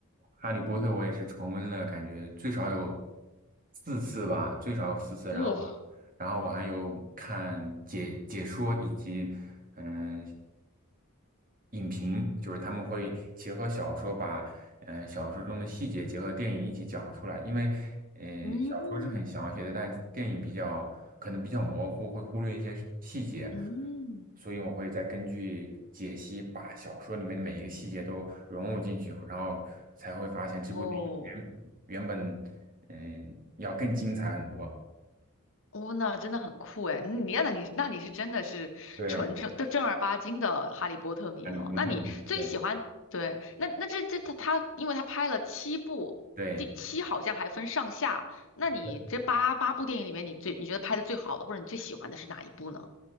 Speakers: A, on the right; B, on the left.
A: 《哈利波特》我也是重温了，感觉最少有四次吧，最少有四次。
B: 哇，
A: 然后我然后我还有看解解说以及嗯、影评，就是他们会结合小说把，嗯、小说中的细节结合电影一起讲出来。因为，嗯小说是很详细的，
B: 嗯
A: 但电影比较可能比较模糊，会忽略一些细节，
B: 嗯
A: 所以我会再根据解析，把小说里面的每一个细节都融入进去，然后才会发现这部电影原原本，
B: 哦，
A: 嗯、要更精彩很多。
B: 哦，那真的很酷哎！嗯你那你那你是真的是纯正的正儿八经的哈利波特迷了。
A: 对，哈利波特里面的，
B: 那你最喜欢对？
A: 对
B: 那那这这他他，因为他拍了七部，
A: 对。
B: 第七好像还分上下。那你这八八部电影里面，
A: 对
B: 你最你觉得拍的最好的，或者你最喜欢的是哪一部呢？